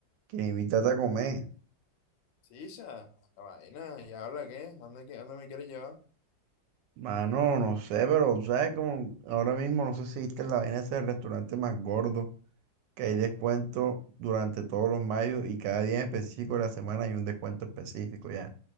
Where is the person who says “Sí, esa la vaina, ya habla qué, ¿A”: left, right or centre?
Left